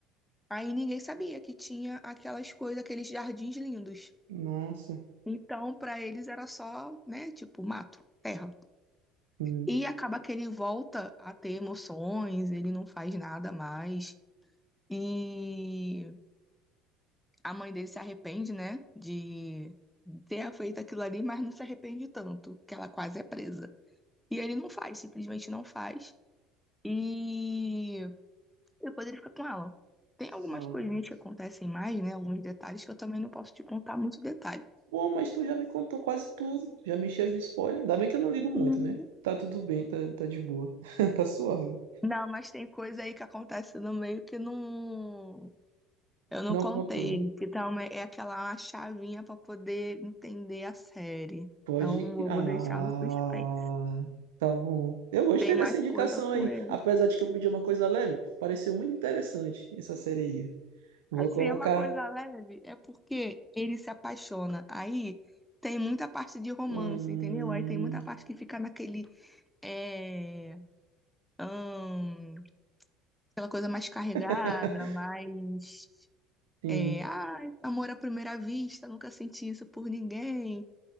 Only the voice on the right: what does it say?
Nossa,
sim.
Ah.
Bom, mas tu já me contou quase tudo, já me encheu de spoiler. Ainda bem que eu não ligo muito,
né? Tá tudo bem, tá, tá de boa, <laughs> tá suave.
Não
contou.
Pode.
Ah,
tá bom. Eu gostei
dessa indicação
aí,
apesar de que eu pedi uma coisa leve, pareceu muito interessante essa série aí. Vou
colocar.
Hum...
<laughs>
Sim,